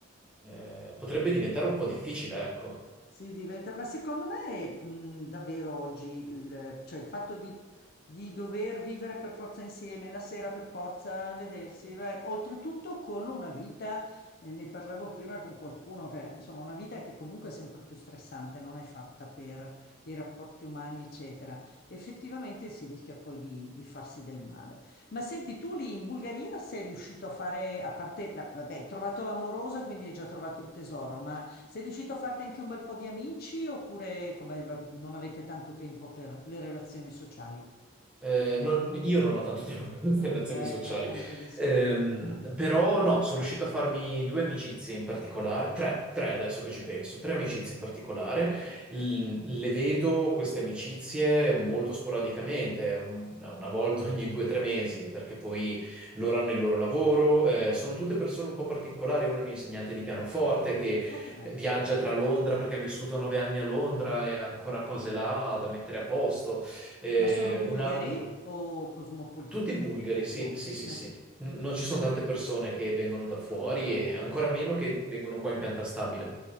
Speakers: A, in the centre; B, on the left.
A: eh, potrebbe diventare un po' difficile, ecco.
B: Si diventa, ma secondo me mh, davvero oggi il, cioè il fatto di, di dover vivere per forza insieme, la sera per forza vedersi, beh, oltretutto con una vita, eh, ne parlavo prima con qualcuno, che insomma una vita che comunque è sempre più stressante, non è fatta per i rapporti umani, eccetera. Effettivamente si rischia poi di, di farsi del male. Ma senti, tu lì in Bulgaria sei riuscito a fare, a parte, la- vabbè, hai trovato l'amorosa, quindi hai già trovato il tesoro, ma... Sei riuscito a farti anche un bel po' di amici oppure come, eh, non avete tanto tempo per le relazioni sociali?
A: Eh, non- io non ho tanto tempo per le
B: Mm,
A: relazioni
B: eh,
A: sociali,
B: appunto, mi sembra.
A: Ehm,
B: Ah,
A: però no, sono riuscito a farmi due amicizie in particolare, tre, tre adesso che ci penso, tre amicizie in particolare.
B: eh.
A: L- le vedo queste amicizie molto sporadicamente, una, una volta ogni due o tre mesi, perché poi loro hanno il loro lavoro. eh, sono tutte persone un po' particolari, uno è un insegnante di pianoforte che
B: Oh, che bello.
A: viaggia tra Londra perché ha vissuto nove anni a Londra e ha ancora cose là da mettere a posto. Eh,
B: Ma sono bulgari
A: un altro.
B: o cosmopoliti?
A: Tutti bulgari,
B: Eh,
A: sì,
B: bulgari,
A: sì, sì,
B: eh.
A: sì. N- Non ci sono
B: Ah,
A: tante persone che vengono da
B: Sì,
A: fuori
B: Infatti,
A: e ancora
B: eh.
A: meno che vengono qua in pianta stabile.